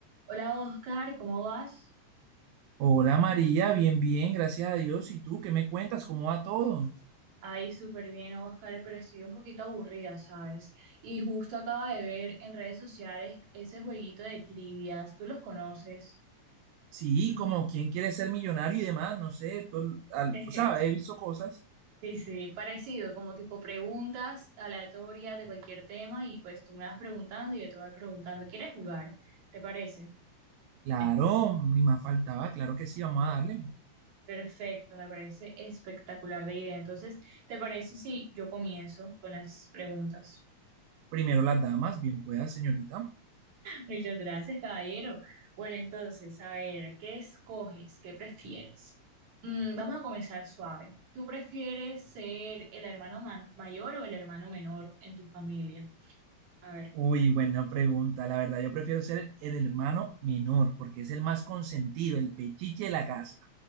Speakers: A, on the right (about 70°); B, on the right (about 85°).
A: Hola Oscar, ¿cómo vas?
B: Hola María, bien, bien, gracias a Dios. ¿Y tú qué me cuentas? ¿Cómo va todo?
A: Ay, súper bien Oscar, pero estoy un poquito aburrida, ¿sabes? Y justo acaba de ver en redes sociales ese jueguito de trivias, ¿tú los conoces?
B: Sí,
A: Mm.
B: como quién quiere ser millonario y demás, no sé. tú- al-
A: <laughs>
B: o sea, he visto cosas.
A: Sí, sí, parecido, como tipo preguntas aleatorias de cualquier tema y pues tú me vas preguntando y yo te voy preguntando, ¿quieres jugar? ¿Te parece?
B: Claro,
A: <laughs>
B: ni más faltaba, claro que sí, vamos a darle.
A: Perfecto, me parece espectacular de idea. Entonces, ¿te parece si yo comienzo con las preguntas?
B: Primero las damas, bien pueda, señorita.
A: Muchas gracias, caballero. Bueno, entonces, a ver, ¿qué escoges? ¿Qué prefieres? Mm, vamos a comenzar suave. ¿Tú prefieres ser el hermano ma- mayor o el hermano menor en tu familia? A ver,
B: Uy, buena pregunta. La verdad, yo prefiero ser el, el hermano menor porque es el más consentido, el pechiche de la casa.